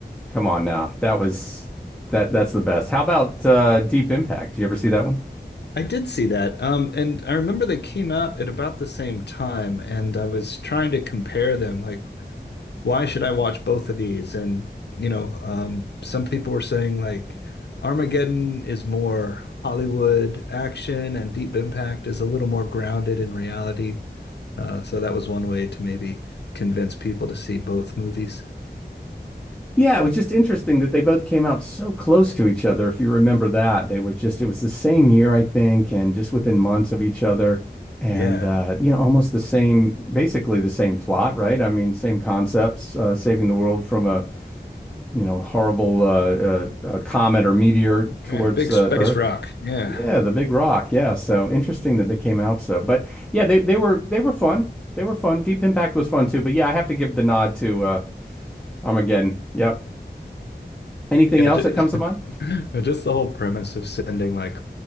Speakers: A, in the centre; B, on the left (about 75°).
A: come on now, that was that that's the best. How about uh, Deep Impact? Did you ever see that one?
B: I did see that. Um, and I remember they came out at about the same time, and I was trying to compare them, like why should I watch both of these? And you know, um, some people were saying like Armageddon is more Hollywood action, and Deep Impact is a little more grounded in reality. Uh, so that was one way to maybe convince people to see both movies.
A: Yeah, it was just interesting that they both came out so close to each other. If you remember that, they were just, it was the same year, I think, and just within months of each other. And,
B: Yeah,
A: uh, you know, almost the same, basically the same plot, right? I mean, same concepts, uh, saving the world from a, you know, horrible uh, uh, uh, comet or meteor towards
B: yeah, big
A: uh,
B: space
A: Earth.
B: rock. Yeah,
A: Yeah, the big rock. Yeah. So interesting that they came out so. But yeah, they, they were, they were fun. They were fun. Deep Impact was fun too. But yeah, I have to give the nod to uh, Armageddon. Yep. Anything
B: yeah,
A: else
B: just,
A: that comes to
B: <laughs>
A: mind?
B: just the whole premise of sending like.